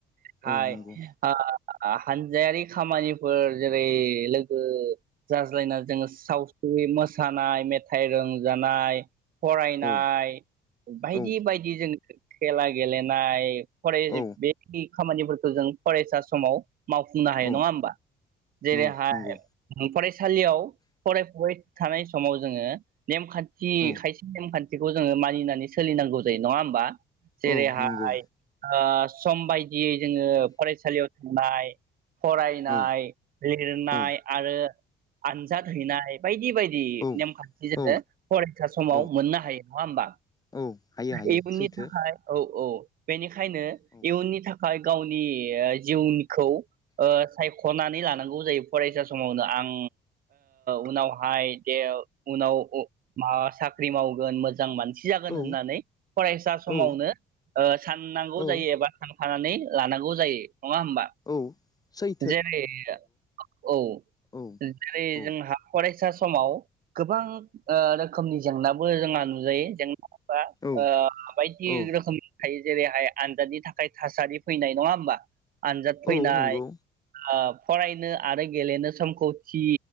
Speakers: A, on the right; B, on the left.
A: हाय
B: औ नंगौ
A: ओ हानजायारि खामानि फोर जेरै लोगो जाज्लायना जोङो सावस्रि मोसानाय मेथाइ रंजानाय फरायनाय
B: औ
A: बायदि
B: औ
A: बायदि जों खेला गेलेनाय फराय
B: औ
A: बे खामानिफोरखौ जों फरायसा समाव मावफुंनो हायो
B: औ
A: नङा होमबा जरै
B: नौ
A: हाय
B: नंगौ
A: फरायसालियाव फरायफुबाय थानाय समाव जोङो नेमखान्थि
B: औ
A: खायसे नेमखान्थिखौ जोङो मानिनानै सोलिनांगौ जायो नङा होमबा जेरैहाय
B: औ नंगौ
A: सम बायदियै जोङो फरायसालियाव थांनाय फरायनाय
B: औ
A: लिरनाय
B: औ
A: आरो आनजाद हैनाय बायदि बायदि
B: औ
A: नेमखान्थि जादों
B: औ
A: फरायसा समाव
B: औ
A: मोननो हायो नङा होमबा
B: औ हायो हायो
A: इयुननि
B: सैथो
A: थाखाय औ औ बेनि बेखायनो
B: औ
A: इयुननि थाखाय गावनि जिउनिखौ सायख खनानै लानांगौ जायो फरायसा समावनो आं उनावहाय दे उनाव माबा साख्रि मावगोन मोजां मानसि जागोन
B: औ
A: होननानै फरायसा समावनो
B: औ
A: साननांगौ
B: औ
A: जायो एबा थानानै लानांगौ जायो नङा होमबा
B: औ सै
A: जेरै औ औ
B: औ
A: जेरै
B: औ
A: जोंहा फरायसा समाव गोबां रोखोमनि जेंनाबो जोंहा नुजायो जें
B: औ
A: आ बायदि ओ
B: औ
A: रोखोमनि थायो जेरैहाय आनजादनि थाखाय थासारि फैनाय नङा होमबा आनजाद फैनाय
B: औ नंगौ
A: ओ फरायनो आरो गेलेनो समखौ थि